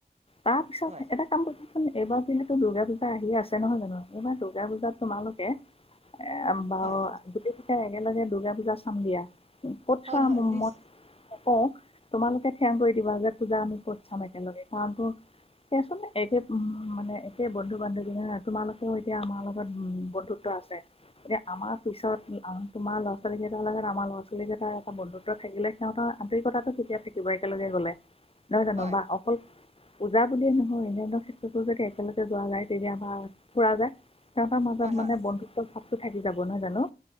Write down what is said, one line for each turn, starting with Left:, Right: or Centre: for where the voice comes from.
Left: তাৰ পিছত
Right: হয়
Left: এটা কাম কৰিব চোন, এইবাৰ যিহেতু দুৰ্গা পূজা আহি আছে নহয় জানো। এইবাৰ দুৰ্গা পূজাত তোমালোকে এ বাৰু
Right: হয়
Left: গোটেই কেইটা একেলগে দূৰ্গা পূজা চাম দিয়া। ক'ত
Right: হয়
Left: চোৱা
Right: হয়
Left: ম-মই
Right: নিচ
Left: নকওঁ, তোমালোকে থিৰাং কৰি দিবা যে পূজা আমি ক'ত চাম একেলগে, কাৰণ তোৰ সেইয়ে চোন একেই, উম। মানে একে বন্ধু বান্ধৱী না তোমালোকেও এতিয়া আমাৰ লগত উম বন্ধু ত্ব আছে। এতিয়া আমাৰ পিছত তোমাৰ ল'ৰা ছোৱালীকেইটাৰ লগত আমাৰ ল'ৰা ছোৱালীকেইটাৰ এটা বন্ধুত্ব থাকিলে সিহঁতৰ আন্তৰিকতাটো ঠিকেই থাকিব একেলগে গ'লে। নহয় জানো?
Right: হয়
Left: বা অকল পূজা বুলিয়েই নহয় অন্যান্য ক্ষেত্ৰতো যদি একেলগে যোৱা যায়, তেতিয়া আমাৰ ফুৰা যায় সিহঁতৰ মাজত
Right: হয়
Left: মানে
Right: হয়
Left: বন্ধুত্ব চাপটো থাকি যাব নহয় জানো?